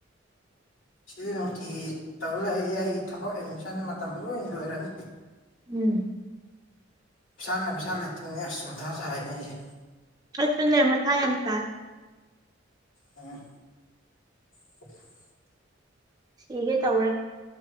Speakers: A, on the left; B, on the right.
A: ꯁꯤ ꯅꯨꯡꯇꯤꯒꯤ ꯇꯧ ꯂꯩꯗꯤ ꯑꯩꯒꯤ ꯊꯕꯛ ꯑꯦꯗꯃꯤꯁꯟ ꯃꯇꯝ ꯂꯣꯏ ꯂꯣꯏꯔꯅꯤ
B: ꯎꯝ
A: ꯄꯩꯁꯥꯅ ꯄꯩꯁꯥ ꯂꯩꯇꯕꯅꯦ ꯑꯁ ꯃꯊꯥ ꯁꯥꯏꯅꯦ ꯑꯩꯁꯦ
B: ꯑꯩꯁꯨꯅꯦ ꯃꯊꯥ ꯌꯥꯝ ꯁꯥꯏ
A: ꯑ <inaudible>
B: ꯁꯤꯒꯦ ꯇꯧꯔꯦ